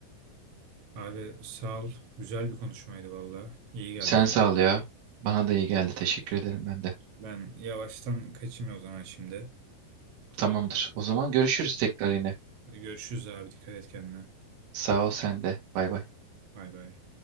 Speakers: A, on the right; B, on the right.
A: Abi sağ ol. Güzel bir konuşmaydı vallahi. İyi geldi
B: Sen
A: yani.
B: sağ ol ya. Bana da iyi geldi. Teşekkür ederim ben de.
A: Ben yavaştan kaçayım o zaman şimdi.
B: Tamamdır. O zaman görüşürüz tekrar yine.
A: Hadi görüşürüz abi. Dikkat et kendine.
B: Sağ ol sen de. Bay bay.
A: Bay bay.